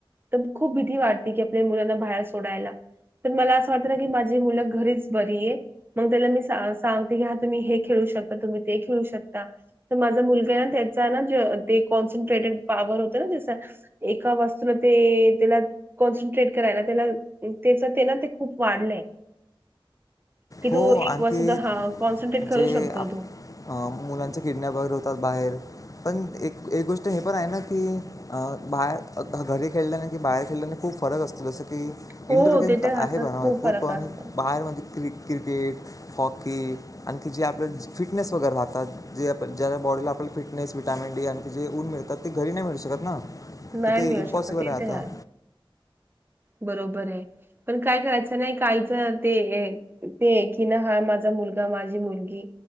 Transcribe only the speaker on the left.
हो
आणखी
जे
मुलांचे किडनॅप वगैरे होतात बाहेर पण एक एक गोष्ट हे पण आहे ना की अ बाहेर घरी खेळल्याने कि बाहेर खेळल्याने खूप फरक असतो जस की. की
इंडोर गेम
तर आहे
बघ भरपूर
पण
बाहेर म्हणजे क्रिक क्रिकेट हॉकी आणखी जे आपल्या फिटनेस वगैरे राहतात जे ज्या बॉडीला आपल्याला फिटनेस विटामिन डी आणखी जे ऊन मिळतात ते घरी नाही मिळू शकत ना.
तिथे
इम्पॉसिबल
आता